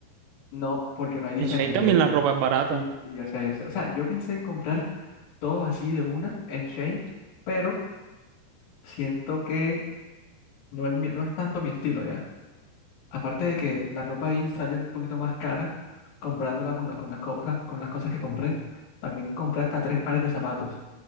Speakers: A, on the left; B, on the right.
A: No, porque no hay diseño,
B: En Shein también
A: ya vi.
B: la ropa es barata.
A: Sí, sí, sí, yo sé, yo sé. O sea, yo pensé en comprar todo así de una en Shane, pero siento que no es, mi- no es tanto mi estilo ya. Aparte de que la ropa ahí sale un poquito más cara comprándola con, la- con las cosas, con las cosas que compré. También compré hasta tres pares de zapatos.